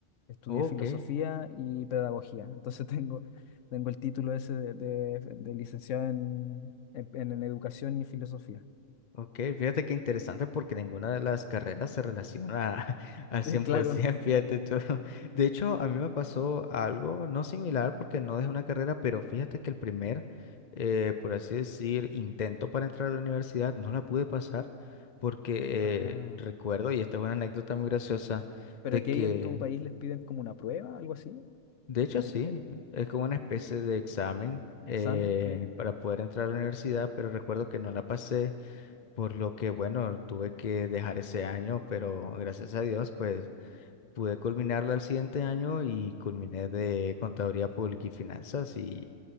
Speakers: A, on the left; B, on the left.
A: Estudié
B: Ok.
A: filosofía y pedagogía. Entonces <laughs> tengo, tengo el título ese de, de- de licenciado en, en, en educación y filosofía. <laughs>
B: Ok, fíjate qué interesante porque ninguna de las carreras se relaciona <laughs> al 100%,
A: Eh, Claro.
B: fíjate tú. <laughs> De hecho, a mí me pasó algo no similar porque no es una carrera, pero fíjate que el primer, eh, por así decir, intento para entrar a la universidad no la pude pasar porque
A: Ah.
B: eh, recuerdo, y esta es una anécdota muy graciosa,
A: Pero
B: de
A: aquí
B: que,
A: ahí en tu país les piden como una prueba, algo así,
B: de hecho
A: de
B: sí,
A: ingre-
B: es como una especie de examen eh,
A: examen, claro.
B: para poder entrar a la universidad, pero recuerdo que no la pasé. Por lo que, bueno, tuve que dejar ese año, pero gracias a Dios, pues pude culminarlo al siguiente año y culminé de Contaduría Pública y Finanzas y